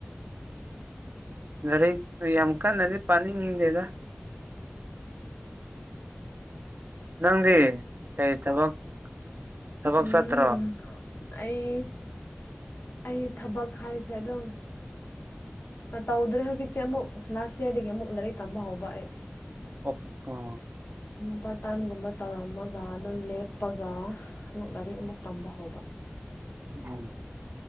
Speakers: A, on the right; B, on the left.
A: ꯅꯔꯤ ꯌꯥꯝꯛꯀꯥꯟ ꯅꯗꯤ ꯄꯅꯤꯗꯦꯗ ꯅꯪꯗꯤ ꯀꯔꯤ ꯊꯕꯛ ꯊꯕꯛ
B: ꯎꯝ
A: ꯆꯠꯇ꯭ꯔꯣ
B: ꯑꯩ ꯑꯩ ꯊꯕꯛ ꯍꯥꯏꯁꯦ ꯑꯗꯨꯝ ꯇꯧꯗ꯭ꯔꯦ ꯍꯧꯖꯤꯛꯇꯤ ꯑꯃꯨꯛ ꯂꯥꯁ ꯌꯔꯗꯒꯤ ꯑꯃꯨꯛ ꯂꯥꯏꯔꯤꯛ ꯇꯝꯕ ꯍꯧꯕ ꯑꯩ
A: ꯑꯣꯀꯥ
B: ꯄꯥꯔꯠ ꯇꯥꯏꯝꯒꯨꯝꯕ ꯇꯧꯔꯝꯃꯒ ꯑꯗꯨ ꯂꯦꯞꯄꯒ ꯂꯥꯏꯔꯤꯛ ꯑꯃꯨꯛ ꯇꯝꯕ ꯍꯧꯕ
A: ꯎꯝ